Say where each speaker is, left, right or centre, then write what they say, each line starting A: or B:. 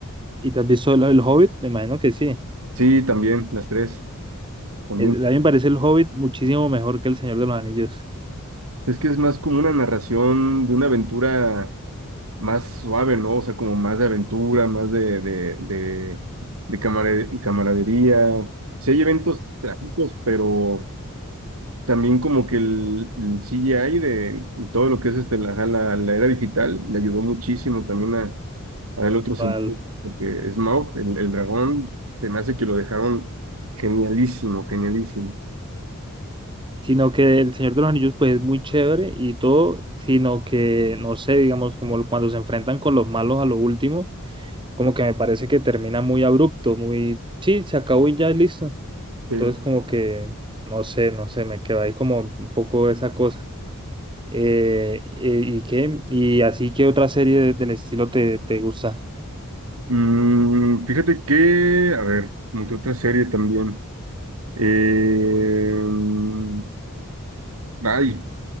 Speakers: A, on the right (about 20°); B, on the right (about 70°).
A: ¿Y te has visto el, el Hobbit? Me imagino que sí.
B: Sí, también, las tres, también.
A: El- a mí me parece el Hobbit muchísimo mejor que el Señor de los Anillos.
B: Es que es más como una narración de una aventura más suave, ¿no? O sea, como más de aventura, más de, de, de, de camare- camaradería. Sí hay eventos trágicos, pero... También como que el, el CGI de todo lo que es este, la, ajá, la, la era digital le ayudó muchísimo también a, a el otro sentido,
A: actual.
B: porque Smaug, el, el dragón, se me hace que lo dejaron genialísimo, genialísimo.
A: Sino que el Señor de los Anillos pues es muy chévere y todo, sino que no sé, digamos, como cuando se enfrentan con los malos a lo último, como que me parece que termina muy abrupto, muy, sí, se acabó y ya listo.
B: Sí.
A: Entonces como que, no sé, no sé, me queda ahí como un poco esa cosa. Eh, eh, ¿y qué? ¿Y así qué otra serie de- del estilo te, te gusta?
B: Mm, fíjate que, a ver, como que otra serie también. Eh, mm, ay,